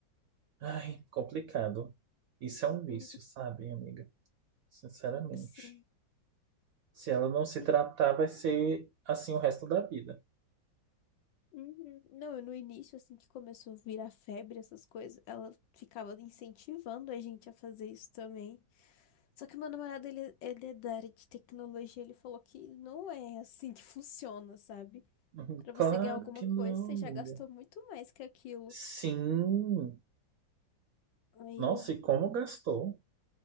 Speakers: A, on the right; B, on the left.
A: Ai, complicado. Isso é um vício,
B: Uhum.
A: sabe, amiga? Sinceramente.
B: Sim.
A: Se ela não se
B: Sim.
A: tratar, vai ser assim o resto da vida.
B: Uhum. Não, no início, assim que começou a virar febre, essas coisas, ela ficava incentivando a gente a fazer isso também. Só que meu namorado, ele, ele é da área de tecnologia, ele falou que não é assim que <laughs> funciona, sabe?
A: <laughs>
B: Pra
A: Claro
B: você ganhar alguma
A: que não,
B: coisa, você
A: amiga.
B: já gastou muito mais que aquilo.
A: Sim.
B: Aí
A: Nossa,
B: eu
A: e como gastou?